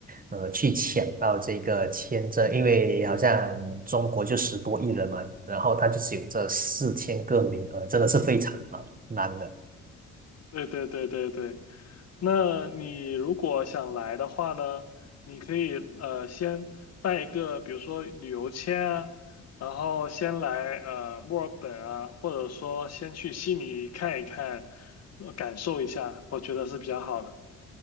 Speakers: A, on the right; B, on the left.
A: 呃，去抢到这个签证，因为好像中国就十多亿人嘛，然后他就只有这四千个名额，真的是非常难难的。
B: 对对对对对，那你如果想来的话呢，你可以呃先办一个，比如说旅游签啊，然后先来呃墨尔本啊，或者说先去悉尼看一看，呃感受一下，我觉得是比较好的。